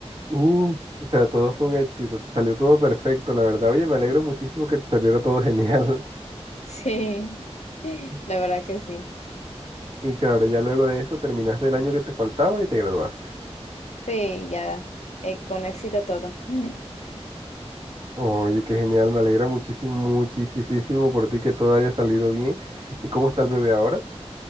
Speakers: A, on the right (about 50°); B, on the left (about 85°).
A: Uf, o sea, todo fue un éxito, te salió todo perfecto, la verdad. Oye, me alegro muchísimo que te saliera todo genial.
B: Sí,
A: <laughs>
B: la verdad que sí.
A: Y claro, ya luego de eso terminaste el año que te faltaba y te graduaste.
B: Sí, ya, eh, con éxito todo. <laughs>
A: Oye, qué genial, me alegra muchísimo, muchísimo por ti que todo haya salido bien. ¿Y cómo está el bebé ahora?